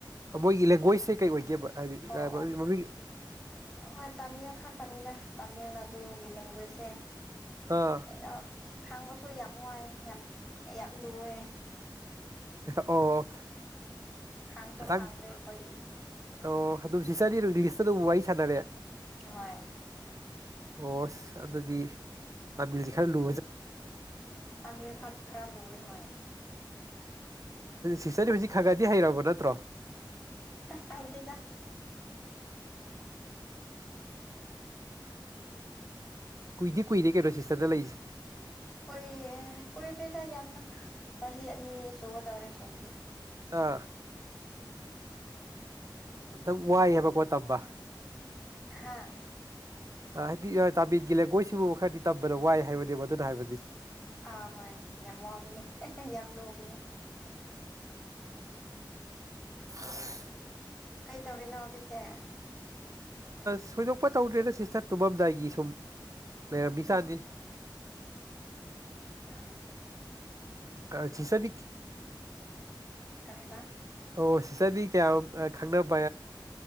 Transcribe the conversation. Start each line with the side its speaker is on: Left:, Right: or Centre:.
Right: ꯃꯣꯏꯒꯤ ꯂꯦꯡꯒ꯭ꯋꯦꯖꯁꯦ ꯀꯩ ꯑꯣꯏꯒꯦꯕ ꯍꯥꯏꯗꯤ
Centre: ꯑꯣ
Right: ꯃꯃꯤꯡ
Centre: ꯑꯣ ꯍ ꯇꯝ ꯑꯈꯥ ꯇꯅꯥ ꯇ <inaudible> ꯇꯥꯃꯤꯜ ꯅꯥꯗꯨꯒꯤ ꯂꯦꯡꯒ꯭ꯋꯦꯖꯁꯦ
Right: ꯑꯥ
Centre: ꯑꯩꯅ ꯈꯥꯡꯕꯁꯨ ꯌꯥꯝ ꯋꯥꯏ ꯌꯥꯝ ꯌꯥꯝ ꯂꯨꯑꯦ
Right: ꯑꯣ
Centre: ꯈꯪꯁꯨ
Right: ꯈꯤꯇꯪ
Centre: ꯈꯥꯡꯗ꯭ꯔꯦ ꯑꯩꯈꯣꯏꯗꯤ <inaudible>
Right: ꯑꯣ ꯑꯗꯨꯝ ꯁꯤ ꯆꯔꯅꯤ ꯑꯗꯨ ꯏꯪꯂꯤꯁꯇ ꯑꯗꯨꯝ ꯋꯥꯔꯤ ꯁꯥꯟꯅꯔꯦ
Centre: ꯍꯣꯏ
Right: ꯑꯣ ꯑꯗꯨꯗꯤ ꯇꯥꯕꯤꯜꯗꯤ ꯈꯔ ꯂꯨ
Centre: ꯇꯥꯕꯤ ꯈ ꯈꯦꯔ ꯂꯣꯏꯋꯦ ꯍ
Right: ꯁꯤꯁꯇꯔ ꯍꯧꯖꯤꯛ ꯈꯔ ꯈꯗꯤ ꯍꯩꯔꯕ ꯅꯠꯇ꯭ꯔꯣ
Centre: ꯍꯥꯏꯗꯗ <unintelligible> <inaudible>
Right: ꯀꯨꯏꯗꯦ ꯀꯨꯏꯗꯦ ꯀꯩꯅꯣ ꯁꯤꯁꯇꯔꯗ ꯂꯩꯁꯦ
Centre: ꯎ <unintelligible> <inaudible> ꯀꯨꯏ ꯀꯨꯏꯗꯣꯏꯗ ꯌꯥꯝꯅ ꯆꯍꯤ ꯑꯅꯤ ꯁꯨꯒꯗꯧꯔꯦ ꯁꯨꯗꯤ
Right: ꯑꯥ ꯑꯝꯇꯪ ꯋꯥꯏꯑꯦꯕꯀꯣ ꯇꯝꯕ
Centre: ꯍꯥꯥ
Right: ꯍꯥꯏꯗꯤ ꯇꯥꯕꯤꯒꯤ ꯂꯩꯒꯣꯏꯁꯤꯕꯨ ꯈꯔꯗꯤ ꯇꯝꯕꯗ ꯋꯥꯏ ꯍꯥꯏꯕꯅꯦꯕ ꯑꯗꯨꯅ ꯍꯥꯏꯕꯗꯤ
Centre: ꯑꯥ ꯍꯣꯏ ꯌꯥꯝꯃꯃꯛꯑꯕꯅꯤ ꯌꯥꯝ ꯂꯨꯕꯅꯤ
Right: ꯑꯥ
Centre: ꯀꯩ ꯇꯧꯔꯤꯅꯣ ꯍꯧꯖꯤꯛꯁꯦ
Right: ꯁꯣꯏꯗꯣꯛꯄ ꯇꯧꯗ꯭ꯔꯦꯅ ꯁꯤꯁꯇꯔ ꯇꯨꯝꯃꯝꯗꯥꯏꯒꯤ ꯁꯨꯝ ꯂꯩꯔꯝꯃꯤꯁ ꯆꯗꯤ
Centre: ꯑꯝ
Right: ꯀꯁꯤ ꯁꯗꯤ
Centre: ꯀꯔꯤꯕ
Right: ꯑꯣ ꯁꯤꯇꯔꯗꯤ ꯀꯌꯥꯝ ꯈꯪꯅꯕ